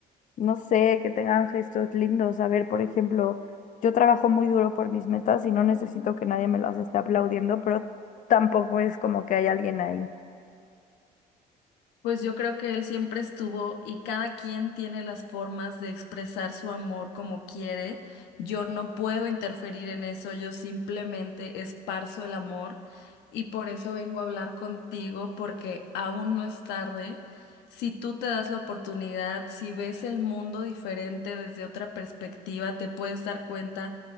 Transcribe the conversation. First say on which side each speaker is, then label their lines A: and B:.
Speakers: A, on the left; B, on the left.
A: no sé, que tengan gestos lindos? A ver, por ejemplo, yo trabajo muy duro por mis metas y no necesito que nadie me las esté aplaudiendo, pero tampoco es como que hay alguien ahí.
B: Pues yo creo que él siempre estuvo y cada quien tiene las formas de expresar su amor como quiere. Yo no puedo interferir en eso, yo simplemente esparzo el amor y por eso vengo a hablar contigo porque aún no es tarde. Si tú te das la oportunidad, si ves el mundo diferente desde otra perspectiva, te puedes dar cuenta